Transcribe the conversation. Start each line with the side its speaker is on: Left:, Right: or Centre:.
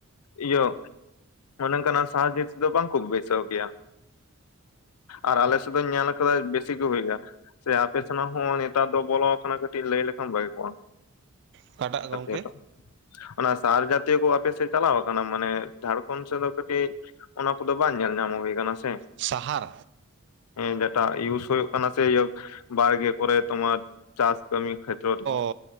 Left: ᱤᱭᱟᱹ ᱢᱚᱱᱮ ᱠᱟᱱᱟ ᱥᱟᱦᱟᱡ ᱫᱚ ᱵᱟᱝ ᱠᱚ ᱵᱟᱹᱭᱥᱟᱹᱣ ᱜᱮᱭᱟ ᱟᱨ ᱟᱞᱮ ᱥᱮᱫ ᱫᱚᱧ ᱧᱮᱞ ᱟᱠᱟᱫᱟ ᱵᱮᱥᱤ ᱜᱮ ᱦᱩᱭᱩᱜᱼᱟ᱾ ᱥᱮ ᱟᱯᱮ ᱥᱮᱱᱟᱜ ᱦᱚᱸ ᱱᱮᱛᱟᱨ ᱫᱚ ᱵᱚᱞᱚ ᱟᱠᱟᱱᱟ ᱠᱟᱹᱴᱤᱡ ᱞᱟᱹᱭ ᱞᱮᱠᱷᱟᱱ ᱵᱷᱟᱜᱤ ᱠᱚᱜᱼᱟ᱾
Right: ᱚᱠᱟᱴᱟᱜ ᱜᱚᱢᱠᱮ
Left: <unintelligible> ᱚᱱᱟ ᱥᱟᱨ ᱡᱟᱛᱤᱭᱚ ᱠᱚ ᱟᱯᱮ ᱥᱮᱫ ᱪᱟᱞᱟᱣ ᱟᱠᱟᱱᱟ ᱢᱟᱱᱮ ᱡᱷᱟᱲᱠᱷᱚᱱᱰ ᱥᱮᱫ ᱫᱚ ᱠᱟᱹᱴᱤᱡ᱾ ᱚᱱᱟ ᱠᱚᱫᱚ ᱵᱟᱝ ᱧᱮᱞ ᱧᱟᱢ ᱦᱩᱭᱩ ᱠᱟᱱᱟ ᱥᱮ᱾
Right: ᱥᱟᱦᱟᱨ
Left: ᱦᱮᱸ ᱡᱮᱴᱟ ᱤᱭᱩᱥ ᱦᱩᱭᱩᱜ ᱠᱟᱱᱟ ᱥᱮ ᱵᱟᱲᱜᱮ ᱠᱚᱨᱮ ᱛᱳᱢᱟᱨ ᱪᱟᱥ ᱠᱟᱹᱢᱤ ᱠᱷᱮᱛᱨᱚ ᱨᱮ᱾
Right: ᱚ